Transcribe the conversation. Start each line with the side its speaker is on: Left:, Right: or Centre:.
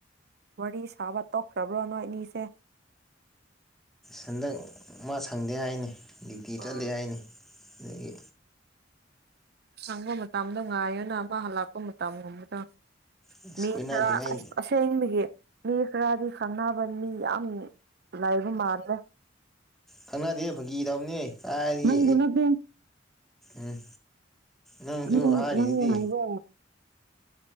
Right: ꯋꯥꯔꯤ ꯁꯥꯕ ꯇꯣꯛꯈ꯭ꯔꯕ꯭ꯔꯣ ꯅꯣꯏ ꯏꯅꯤꯁꯦ
Centre: ꯍꯟꯗꯛ ꯃꯥ ꯁꯪꯗꯦ ꯍꯥꯏꯅꯤ ꯗ꯭ꯌꯨꯇꯤ
Right: ꯑꯣ
Centre: ꯆꯠꯂꯦ ꯍꯥꯏꯅꯤ ꯑꯗꯒꯤ
Right: ꯁꯪꯕ ꯃꯇꯝꯗꯣ ꯉꯥꯏꯌꯅ ꯑꯃ ꯍꯜꯂꯛꯄ ꯃꯇꯝꯒꯨꯝꯕꯗ
Centre: ꯑꯁ
Right: ꯃꯤ
Centre: ꯀꯣꯏꯅꯗ꯭ꯔꯤꯉꯩ
Right: ꯊ ꯑꯁꯦ ꯍꯥꯏꯕꯒꯤꯦ ꯃꯤ ꯈꯔꯗꯤ ꯈꯪꯅꯕ ꯃꯤ ꯌꯥꯝ ꯂꯥꯏꯕ ꯃꯥꯜꯂꯦ
Centre: ꯈꯪꯅꯗꯦ ꯐꯥꯒꯤ ꯇꯧꯅꯤ ꯀꯥꯏꯗꯒꯤ
Right: ꯅꯪꯕꯨ ꯅꯠꯇꯦ
Centre: ꯎꯝ ꯅꯪꯁꯨ
Right: ꯅꯪ
Centre: ꯍꯔꯤꯗꯨꯤꯗꯤ
Right: ꯅꯪꯒꯤ ꯍꯥꯏꯕ